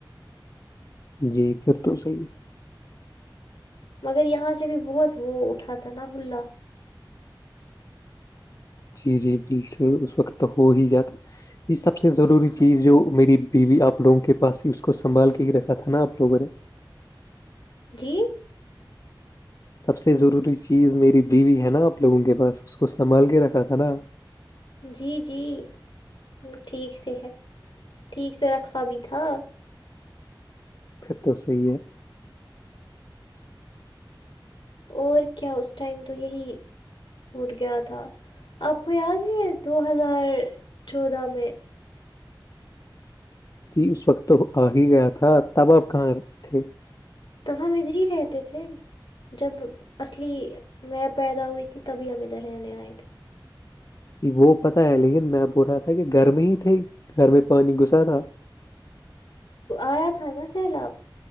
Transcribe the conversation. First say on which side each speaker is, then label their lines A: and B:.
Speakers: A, on the left; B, on the left.
A: جی پھر تو صحیح
B: مگر یہاں سے بھی بہت وہ اٹھا تھا نا ہلا
A: جی جی بالکل اس وقت تو ہو ہی جاتا جی سب سے ضروری چیز جو میری بیوی آپ لوگوں کے پاس تھی اس کو سنبھال کے ہی رکھا تھا نا آپ لوگوں نے
B: جی
A: سب سے ضروری چیز میری بیوی ہے نا آپ لوگوں کے پاس اس کو سنبھال کے رکھا تھا نا
B: جی جی وہ ٹھیک سے ہے ٹھیک سے رکھا بھی تھا
A: پھر تو صی ہے
B: اور کیا اس ٹائم تو یہی اٹوٹ گیا تھا آپ کو یاد ہے دو ہزار چودہ میں
A: جی اس وقت تو آ ہی گیا تھا تب آپ کہاں تھے
B: توب ہم ادھر ہی رہتے تھے <unintelligible> جب اصلی میں پیدا ہوئی تھی تبھی ہم ادھر رہنے آئے تھے
A: وہ پتاہ ہے لیکن میں بول رہا تھا کہ گھر میں ہی تھے گھر میں پانی گھسا تھا
B: آیا تھا نا سیلاب